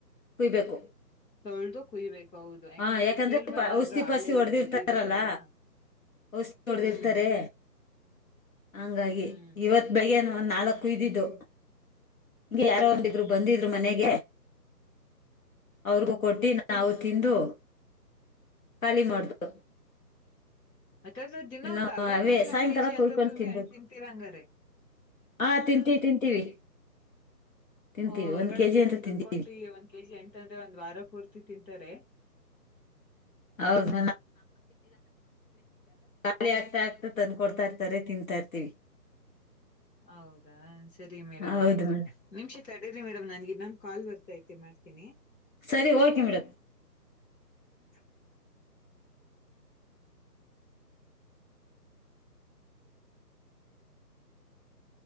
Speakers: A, on the left (about 55°); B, on the left (about 80°).
A: ಕುಯ್ಬೇಕು
B: ತೊಳ್ದು ಕುಯ್ಬೇಕೌದು ಯಾಕಂದ್ರೆ
A: ಹಾ
B: ಅದ ಕೇಳುವಾಗ
A: ಪ- ಔಷಧಿ
B: ಅ್ರೂ ಹಾಲೆಲ್ಲ
A: ಪಾಸಿ ಹೊಡೆದಿರ್ತಾರಲ್ಲ
B: ಬಿದ್ದಿರುತ್ತಲ್ಲ
A: ಔಷಧಿ ಹೊಡೆದಿರ್ತಾರೆ
B: ಹ್ಮ್
A: ಹಂಗಾಗಿ
B: ಹ್ಮ್
A: ಇವತ್ ಬೈನ ನಾಲ್ಕು ಕುುದ್ದಿದ್ದು ಹಿಗೆ ಯಾರೋ ಒಂದಿದ್ರು ಬಂದಿದ್ರು ಮನೆಗೆ ಅವ್ರಿಗೂ ಕೊಟ್ಟಿ ನಾವು ತಿಂದು ಖಾಲಿ ಮಾಡ್ದು
B: ಅ್ದ್ರ ದಿನ
A: ಇನ್ನು
B: ಒಂದ್ ಅರ್ಧ
A: ಅವೇ
B: ಕೆಜಿ ಒಂದ್
A: ಸಾಯಂಕಾಲ
B: ಕೆಜಿ ಆಯತದ್ರನೆೇ
A: ಕುಯ್ಕೊಂಡ್ ತಿನ್ಬೇಕು
B: ಅಂು ತಿಂತೀರಂಗಾರ
A: ಹಾ ತಿಂತೀವಿ ತಿಂತೀವಿ ತಿಂತೀವಿ
B: ಹೊರ್ಗಡೆ
A: ಒಂದ್ ಕೆಜಿ
B: ಜನನ್
A: ಅಂತ
B: ದುಡ್ಡು
A: ತಿಂತೀವಿ
B: ಕೊಟ್ಟಿ ಒಂದ್ ಕೆಜಿ ಎಂಟ ಅಂದ್ರೆ ಒಂದ್ ವಾರ ಕೂರ್ತಿ ತಿಂತಿ ರೆ
A: ಹೌದು ಬ ಆಗ್ತಾ ಆಗ್ತಾ ತಂದ್ಕೊಡ್ತಾ ಇರ್ತಾರೆ ತಿನ್ಂತಾ ಇರ್ತೀವಿ
B: ಹೌದಾ ಸರಿ ಮೇಡಮ್
A: ಹೌದು
B: ಆಯ್ತು
A: ಮೇಡಮ್
B: ನಿಮ್ಷ ತಡರಿ ಮೇಡಮ್ ನನ್ಗೆ ನನ್ ಕಾಲ್ ಬರ್ತಾ ಇತ್ತು ಮಾಡ್ತೀನಿ
A: ಸರಿ ಓಕೆ ಮೇಡಮ್
B: ಹ